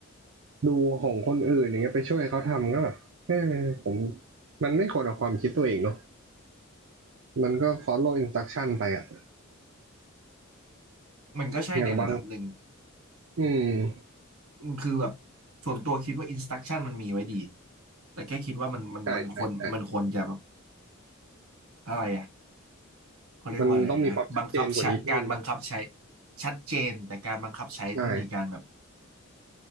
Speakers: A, on the right; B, on the right.
A: ดูของคนอื่นอย่างเงี้ยไปช่วยเขาทำก็แบบเออผมมันไม่ควรเอาความคิดตัวเองเนาะมันก็ follow instruction ไปอะ
B: มันก็ใช่ในระดับหนึ่ง
A: อย่างบางอืม
B: คือแบบส่วนตัวคิดว่าอินสต u c t ชั่นมันมีไว้ดีแต่แค่คิดว่ามันมันมันควรมันควรจะแบบ
A: ใช่ใช่ใช่
B: อะไรอ่ะเขาเรียกว่าอะไรนะบังคับใช้การบังคับใช้
A: มันต้องมีความชัดเจนกว่านี้เพิ่มนะ
B: ชัดเจนแต่การบังคับใช้ต้องมีการแบบ
A: ใช่